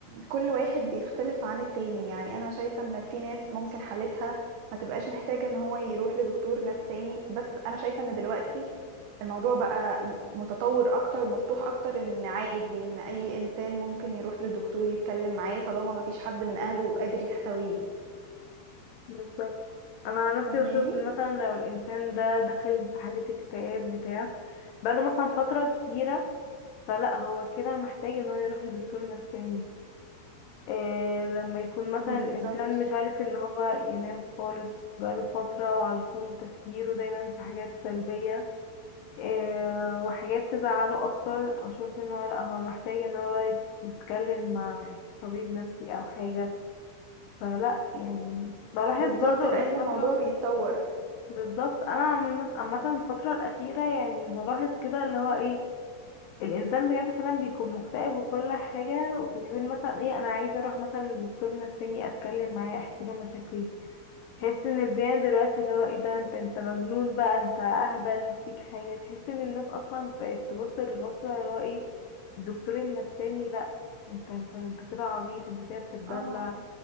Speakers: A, on the right; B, on the left.
A: كل واحد بيختلف عن التاني يعني انا شايفة ان في ناس ممكن حالتها ما تبقاش محتاجة ان هو يروح لدكتور نفس تاني بس انا شايفة ان دلوقتي الموضوع بقى م- متطور اكتر ومفتوح اكتر ان عادي ان اي انسان ممكن يروح لدكتور يتكلم معاه طالما ما فيش حد من اهله قادر يحتويه
B: بالظبط انا عن نفسي
A: فاهماني
B: بشوف إن مثلا لو الانسان ده داخل في حالة اكتئاب بتاع بقاله مثلا فترة كبيرة فلا هو كده محتاج ان هو يروح لدكتور نفساني إيه لما يكون مثلا
A: بالظبط
B: الانسان مش عارف ان هو ينام خالص بقاله فترة وعلى طول تفكيره دايما في حاجات سلبية آه، وحاجات تزعله اكتر اشوف ان هو لا هو محتاج ان هو يتكلم مع طبيب نفسي او حاجة فلا يعني بلاحظ
A: بالظبط
B: برضو
A: لان
B: الفترة
A: الموضوع بيتطور
B: بالظبط انا عم- عامة الفترة الاخيرة يعني بلاحظ كده اللي هو ايه الانسان بجد فعلا بيكون مكتئب وكل حاجة ويقول مثلا ايه انا عايزة اروح مثلا لدكتور نفساني اتكلم معاه احكي له مشاكلي تحس ان الدنيا دلوقتي اللي هو ايه ده انت انت مجنون بقى انت اهبل فيك حاجة تحس ان الناس اصلا بقت تبص للبص اللي هو ايه الدكتور النفساني لا انت انت انت كده عبيط انت كده بتتدلع
A: اه